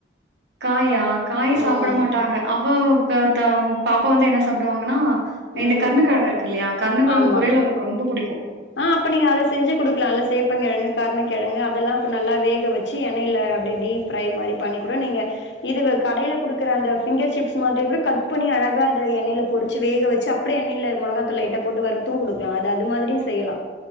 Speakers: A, on the right; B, on the left.
A: காயா காய் சாப்ட
B: ம்
A: மாட்டாங்க அவ <unintelligible> பாப்பா வந்து என்ன சாப்டுவாங்க நா சாப்பிடுவாங்கன்னா
B: ம்
A: இந்த கருணக்கெழங்கு இருக்குல்லையா கருணக்கெழங்கு
B: ஆமா
A: பொரியல் அவளுக்கு ரொம்ப புடிக்கு
B: ஆ அப்ப நீங்க அத செஞ்சு குடுக்கலால்ல சேப்பன் கெழங்கு கருணக்கெழங்கு அதெல்லா பு நல்லா வேக வச்சு எண்ணெய்ல அப்டியே டீப் ப்ரை மாரி பண்ணிக்கட நீங்க இது கடைல குடுக்குற அந்த ஃபிங்கர் சிப்ஸ் மாதிரி கூட கட் பண்ணி அழகா அத எண்ணைய்ல பொரிச்சு வேக வச்சு அப்டியே எண்ணெயில மொளகா தூள் லைட்டா போட்டு வறுத் து குடுக்லா அது அது மாதிரியு செய்யலா